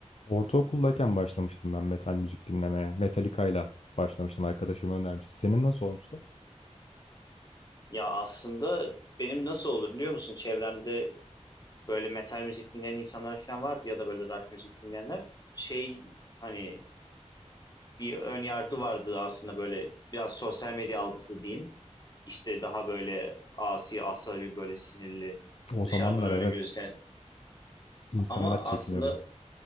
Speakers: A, on the left; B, on the left.
A: Ortaokuldayken başlamıştım ben metal müzik dinlemeye. Metallica'yla başlamıştım. Arkadaşım önermişti. Senin nasıl olmuştu?
B: Ya aslında benim nasıl oldu biliyor musun? Çevremde böyle metal müzik dinleyen insanlar falan vardı ya da böyle rock müzik dinleyenler. Şey hani bir ön yargı vardı aslında böyle biraz sosyal medya algısı diyeyim. İşte daha böyle asi, asabi, böyle sinirli,
A: O
B: dışarıdan
A: zamanlar
B: öyle
A: evet
B: gözüken.
A: insanlar
B: Ama
A: çekiniyordu.
B: aslında